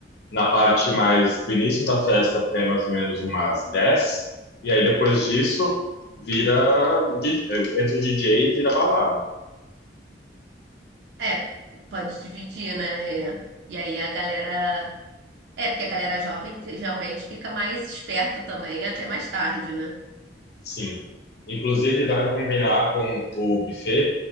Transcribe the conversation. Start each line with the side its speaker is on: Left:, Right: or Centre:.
Left: na parte mais do início da festa até mais ou menos umas 10, e aí depois disso vira, di- entra o DJ e vira balada.
Right: É, pode dividir, né? É. E aí a galera É, porque a galera jovem realmente fica mais esperta também até mais tarde, né?
Left: Sim. Inclusive, dá para combinar com o buffet